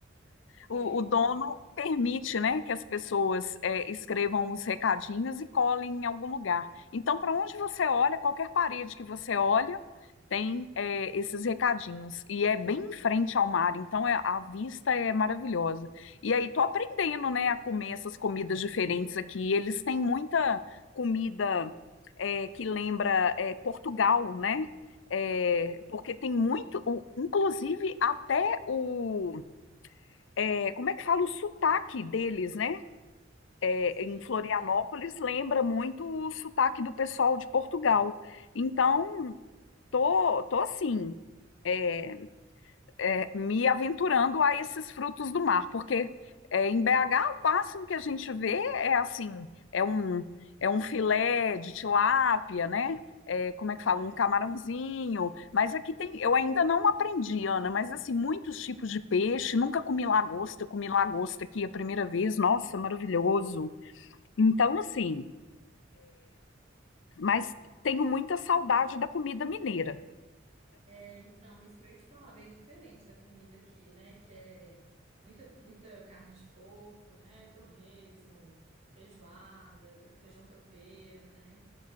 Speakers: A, on the right; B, on the left.
A: Sei,
B: O, o dono
A: sei.
B: permite, né, que as pessoas é, escrevam os recadinhos e colem em algum lugar. Então, para onde você olha, qualquer parede que você olha, tem é, esses recadinhos. E é bem em frente ao mar, então é- a vista é maravilhosa. E aí, tô aprendendo, né, a comer essas comidas diferentes aqui. Eles têm muita comida é, que lembra é, Portugal, né? É, porque tem muito,
A: Sim,
B: o- inclusive até o é, como é que fala o sotaque deles, né? É,
A: sim,
B: em Florianópolis
A: sim.
B: lembra muito o sotaque do pessoal de Portugal. Então,
A: Lembro.
B: tô, tô assim. é, é, me aventurando a esses frutos do mar, porque é, em BH o máximo que a gente vê é assim, é um, é um filé de tilápia, né? É, como é que fala?
A: É.
B: Um camarãozinho. Mas aqui tem, eu ainda não aprendi, Ana, mas assim, muitos tipos de peixe, nunca comi lagosta, comi lagosta aqui a primeira vez, nossa, maravilhoso. Então, assim, mas tenho muita saudade da comida mineira.
A: É, então, isso que eu ia te falar, bem diferente da comida aqui, né? Que é muita, muita carne de porco, né? Torresmo, feijoada, tro- feijão tropeiro, né?